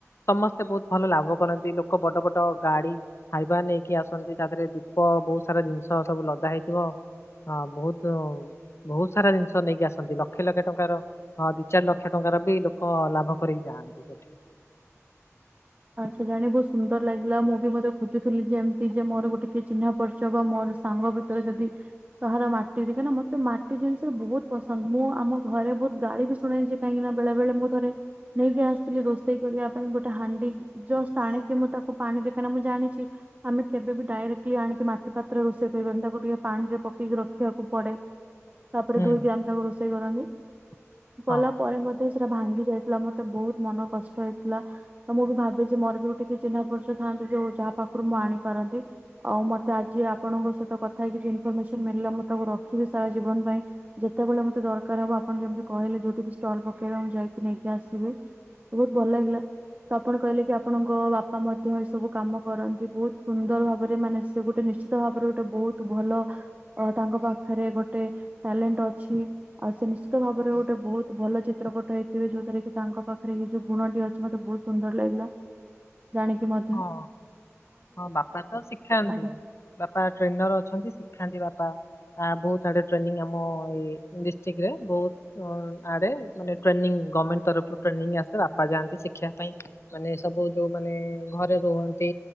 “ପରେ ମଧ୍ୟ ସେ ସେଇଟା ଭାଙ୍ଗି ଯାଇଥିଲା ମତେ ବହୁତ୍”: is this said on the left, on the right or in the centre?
Right